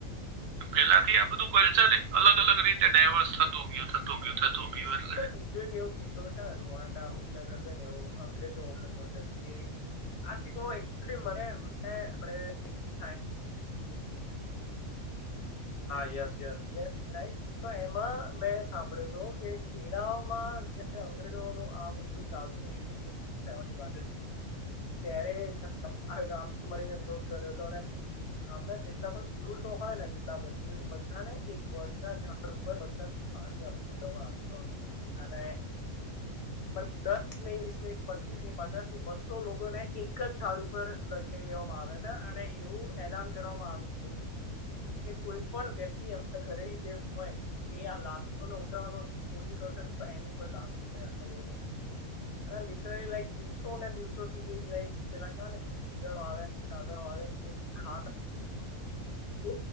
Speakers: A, on the right; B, on the left.
A: પેલાથી આ બધું કલ્ચરને અલગ અલગ રીતે ડાયવર્સ થતું ગયું થતું, ગયું થતું, ગયું એ.
B: સર બીજો કે કિસો છે, રૂંવાડા ઊંચા કરી દેને એવો અંગ્રેજો વખત છેકી આ કિસ્સોમા એકચ્યુલી મને મે આપડે <inaudible> હા યસ યસ યસ રાઈટ તો એમાં મેં સાંભળ્યું હતું કે ખેડાઓમાં જયારે અંગ્રેજોનું આ બધું ચાલતુ હતું એ સેવનટિન ત્યારે ગામ મળીને નથી વીરોધ કર્યો હતો અને ગામના જેટલા પણ પુરુષો હોય ને જેટલા વ્યક્તિ એ બધાને એક વર્ડના ઝાડ ઉપર બધા ફાસી આપી દેવામાં આવતી અને મ દસ નહીિ વીસ નહ પચીસ નહી પચાસ બસ્સો લોકો ને એક જ ઝાડ ઉપર લટ કહી દેવામાં આવ્યા હતા અને એવું એલાન કરવામાં આવ્યું હતું. કે કોઈ પણ વ્યક્તિ એમના ઘરે જે હોય એ આ લાખો ઉતરવાનો કોશિશ કરશે તો એનની પણ લાસ્ટ અલગ અને લિટરલી લાઈક દિવસો ને દિવસો સુધી લાઈક પેલા કેવા ને ળો આવેને કાગળો આવે ખા એ